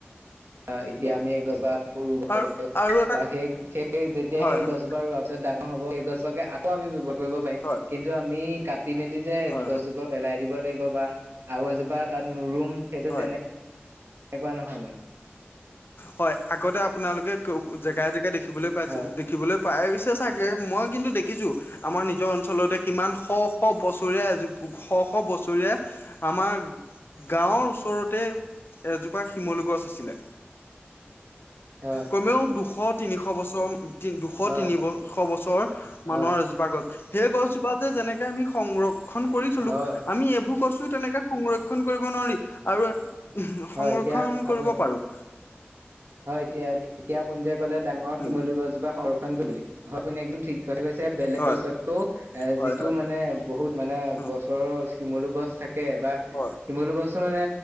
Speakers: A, on the right; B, on the left.
A: আহ
B: হয়
A: এতিয়া আমি গছ ব কৰো
B: আৰু
A: লাগ
B: আৰু
A: <unintelligible>
B: এটা
A: বা সেই সেই যেতিয়া
B: হয়
A: সেই
B: হয়
A: গছজোপা ৰোৱাৰ পিছত ডাঙৰ হ'ব। গছজাকে আকৌ আমি বৱহাৰ কৰিব পাৰিম।
B: হয়
A: কিন্তু আমি কাটি মেলি যে
B: হয়
A: গছজোপ
B: হয়
A: পেলাই দিব। লাগিব বা আৰু এজোপা তাত নৰুম সেইটো
B: হয়
A: তেনে তেনেকুৱা নহয় মানে।
B: হয়, আগতে আপোনালোকে জেগাই জেগাই দেখিবলৈ পাইছে
A: হয়
B: দেখিবলৈ। পাই গৈছে চাগে মই কিন্তু দেখিছো আমাৰ নিজৰ অঞ্চলতে কিমান শ- শ বছৰীয়া এজো -শ -শ বছৰীয়া আমাৰ গাঁওৰ ওচৰতে এজোপা শিমলু গছ আছিলে।
A: হয়
B: কমেও দুশ- তিনিশ বছৰ তি দুশ-
A: হয়
B: তিনিশ বছৰ মানৰ
A: হয়
B: এজোপা গছ সেই গছজোপা যে যেনেকে আমি সংৰক্ষণ কৰি থলো
A: হয়
B: আমি এইবোৰ কৈছোঁ তেনেকে সংৰক্ষণ কৰিব নোৱাৰো <inaudible> আৰু
A: হয়
B: সংৰক্ষন
A: এতিয়া আপোন
B: কৰিব পাৰো।
A: হয়, এতিয়া -এতিয়া আপুনি যে কলে ডাঙৰ
B: উম
A: শিমলু গছজোপা সংৰক্ষণ কৰিবলে,
B: উম
A: হয় আপুনি একদম ঠিক কথা কৈছে বেলেগ
B: হয়
A: গছতকৈ এ'
B: হয়
A: যিটো
B: হয়
A: মানে বহুত মানে
B: উম
A: বছৰৰ শিমলু গছ থাকে বা
B: হয়
A: শিমলু গছটো মানে